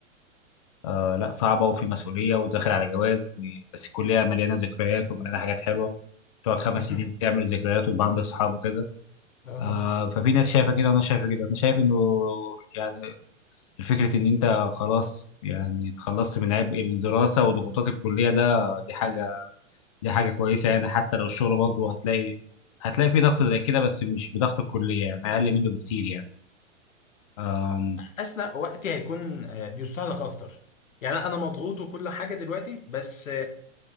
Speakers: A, on the left; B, on the left.
A: آه لا صعبه وفي مسؤوليه وداخل على جواز و- بس الكليه مليانه ذكريات ومليانه حاجات حلوه تقعد خمس
B: <laughs>
A: سنين تعمل ذكريات ويبقى عندك صحاب وكده
B: أه
A: آه ففي ناس شايفه كده وانا شايفه كده انا شايف انه يعني فكرة إن أنت خلاص يعني اتخلصت من عبء الدراسة وضغوطات الكلية ده دي حاجة دي حاجة كويسة يعني حتى لو الشغل برضه هتلاقي هتلاقي فيه ضغط زي كده بس مش بضغط الكلية يعني أقل منه بكتير يعني أم،
B: حاسس إن وقتي هيكون آه، بيستهلك أكتر يعني أنا مضغوط وكل حاجة دلوقتي بس آه،